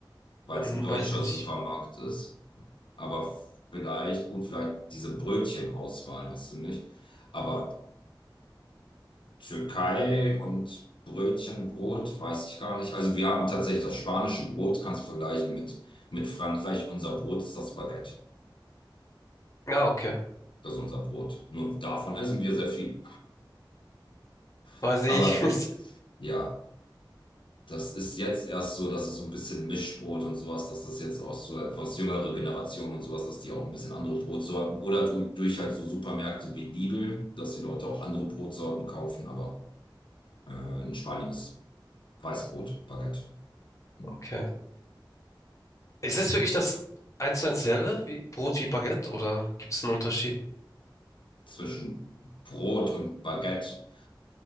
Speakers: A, on the left (about 75°); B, on the left (about 40°).
A: weil
B: Dann
A: es ein deutscher
B: weiß ich nicht.
A: Supermarkt ist. Aber vielleicht, gut, vielleicht diese Brötchenauswahl hast du nicht. Aber Türkei und Brötchen, Brot, weiß ich gar nicht. Also, wir haben tatsächlich das spanische Brot, kannst du vergleichen mit, mit Frankreich. Unser Brot ist das Baguette.
B: Ja, okay.
A: Das ist unser Brot. Nur davon essen wir sehr viel. <laughs>
B: Weiß ich.
A: Aber wir,
B: <laughs>
A: ja, das ist jetzt erst so, dass es so ein bisschen Mischbrot und sowas, dass das jetzt auch so etwas jüngere Generationen und sowas, dass die auch ein bisschen andere Brotsorten oder du- durch halt so Supermärkte wie Lidl, dass die Leute auch andere Brotsorten kaufen. Aber äh, in Spanien ist Weißbrot, Baguette. Hm.
B: Okay. Ist es wirklich das eins zu eins selbe wie Brot wie Baguette oder gibt es einen Unterschied?
A: Zwischen Brot und Baguette